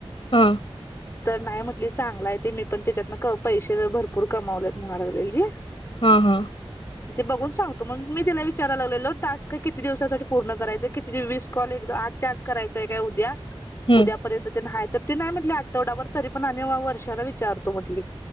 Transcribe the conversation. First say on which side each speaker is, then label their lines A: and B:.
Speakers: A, on the left; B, on the left.
A: हम्म
B: तर नाही म्हटली, चांगल हाय ते. मी पण त्याच्यातन क पैसे भर पुर कमावलेत म्हणाय लागलेली.
A: हा हा
B: ते बघून सांगतो. मग मी तीला विचारयला लागलो टास्क किती दिवसासाठी पूर्ण करायच. किती दिवस वीस कॉल एक आठ चाच करायचाय काय उद्या.
A: हम्म
B: उद्यापर्यंत ते नाहीय. तर ते नाही म्हटली. आठवडाभर तरी पण आणि वर्षाला विचारतो म्हटली.